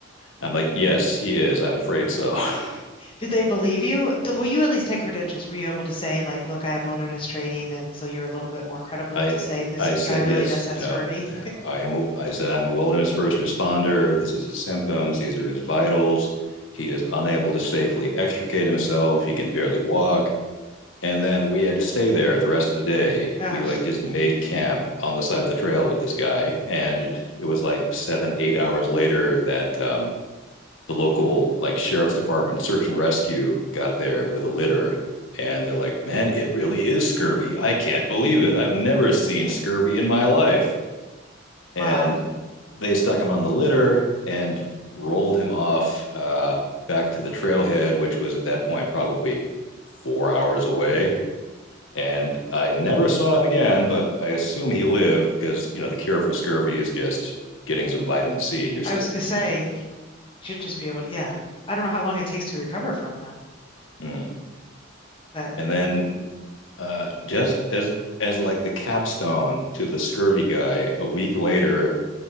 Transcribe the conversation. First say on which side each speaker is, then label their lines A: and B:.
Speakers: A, on the left; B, on the left.
A: i'm like yes he is i'm afraid so <laughs>
B: did they believe you? Th- Well, you at least had credentials. Were you able to say, like, look, I have wilderness training, and so you're a little bit more credible
A: I
B: to say this
A: I said
B: guy really
A: yes.
B: does have
A: You
B: scurvy?
A: know, I am. A, I said I'm a wilderness first responder. This is his symptoms. These are his vitals. He is unable to safely extricate himself. He can barely walk. And then we had to stay there the rest of the day.
B: <laughs> Ugh,
A: We like just made camp on the side of the trail with this guy, and it was like seven, eight hours later that um, the local like sheriff's department search and rescue got there with a litter and they're like man it really is scurvy i can't believe it i've never seen scurvy in my life and
B: wow.
A: they stuck him on the litter and rolled him off uh, back to the trailhead which was at that point probably four hours away and i never saw him again but i assume he lived because you know the cure for scurvy is just getting some vitamin c in your system
B: I was gonna say you should just be able to, yeah. I don't know how long it takes to recover from though,
A: mm.
B: but
A: and then uh, just as as like the capstone to the scurvy guy. A week later,